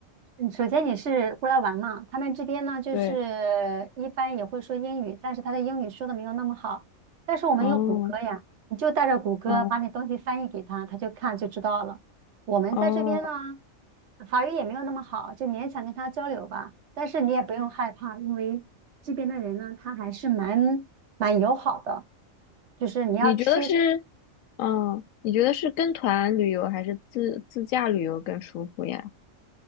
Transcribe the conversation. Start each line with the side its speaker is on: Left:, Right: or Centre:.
Right: 嗯，首先你是过来玩嘛，他们这边呢，就是一般也会说英语，
Left: 对，
Right: 但是他的英语说的没有那么好。但是我们有谷歌呀，
Left: 哦，
Right: 你就带着谷歌把你东西翻译给他，
Left: 嗯，
Right: 他就看就知道了。我们在这边呢，
Left: 哦，
Right: 法语也没有那么好，就勉强跟他交流吧。但是你也不用害怕，因为这边的人呢，他还是蛮蛮友好的。就是你要吃一手。
Left: 你觉得是，嗯，你觉得是跟团旅游还是自自驾旅游更舒服呀？